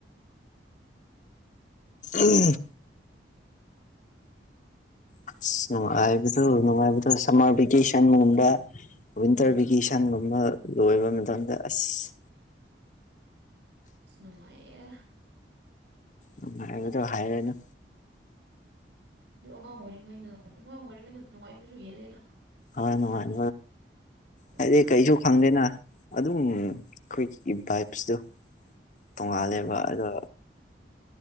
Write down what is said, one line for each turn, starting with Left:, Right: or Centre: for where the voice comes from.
Left: ꯎꯝ ꯑ ꯅꯨꯡꯉꯥꯏꯕꯗꯨ ꯅꯨꯡꯉꯥꯏꯕꯗꯣ ꯁꯝꯃꯔ ꯚꯦꯀꯦꯁꯟꯒꯨꯝꯕ ꯋꯤꯟꯇꯔ
Right: ꯎꯝ
Left: ꯚꯦꯀꯦꯁꯟꯒꯨꯝꯕ ꯑꯃ ꯂꯣꯏꯕ ꯃꯇꯝꯗ ꯑꯁ
Right: ꯅꯅꯨꯡꯉꯥꯏꯌꯦ
Left: ꯍꯣꯏꯥꯏꯕꯗ ꯍꯥꯏꯔꯅ
Right: ꯑꯗꯣ ꯑꯉꯥꯡ ꯑꯣꯏꯔꯤꯉꯩꯗ ꯑꯉꯥꯡ ꯑꯣꯏꯔꯤꯉꯩꯗ ꯅꯨꯡꯉꯥꯏꯕꯁꯨ ꯍꯦꯜꯂꯦꯗ
Left: ꯍꯣꯏ ꯅꯨꯡꯉꯥꯏ ꯍꯥꯏꯗꯤ
Right: ꯃꯇꯝꯁꯦ
Left: ꯀꯩꯁꯨ ꯈꯪꯗꯦꯅ ꯑꯗꯨꯝ ꯑꯩꯈꯣꯏꯒꯤ ꯕꯥꯏꯞꯁꯤꯗꯣ ꯇꯣꯡꯉꯥꯜꯂꯦꯕ
Right: ꯎꯝ
Left: ꯑꯗꯣ